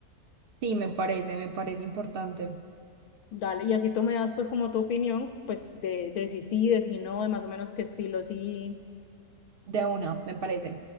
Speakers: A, on the right; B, on the left.
A: Sí, me parece, me parece importante.
B: Dale, y así tú me das pues como tu opinión, pues de, de si sí, de si no, de más o menos qué estilo sí.
A: De una, me parece.